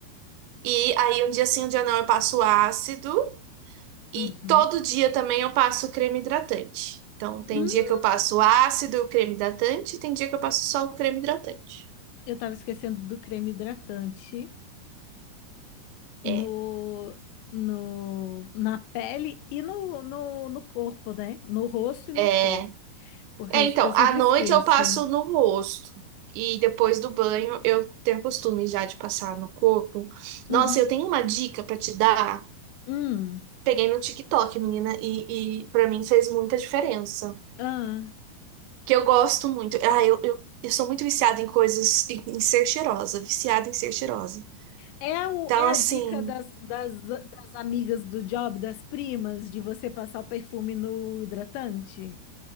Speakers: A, on the right; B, on the left.
A: E aí um dia sim, um dia não, eu passo o ácido. E
B: uhum.
A: todo dia também eu passo o creme hidratante. Então tem
B: Hum,
A: dia que eu passo o ácido, e o creme hidratante, e tem dia que eu passo só o creme hidratante.
B: eu tava esquecendo do creme hidratante. no,
A: É.
B: no, na pele e no, no, no corpo, né? No rosto e no
A: É.
B: corpo. Porque
A: É,
B: eu,
A: então,
B: eu sempre
A: à noite
B: esqueço.
A: eu passo no rosto. E depois do banho, eu tenho costume já de passar no corpo.
B: Uhum.
A: Nossa, eu tenho uma dica pra te dar.
B: Hum.
A: Peguei no TikTok, menina, e, e para mim fez muita diferença.
B: Ah.
A: Que eu gosto muito. Ah, eu, eu, eu sou muito viciada em coisas, em, em ser cheirosa, viciada em ser cheirosa.
B: É, o,
A: Então,
B: é
A: assim,
B: a dica das, das, das amigas do job, das primas, de você passar o perfume no hidratante?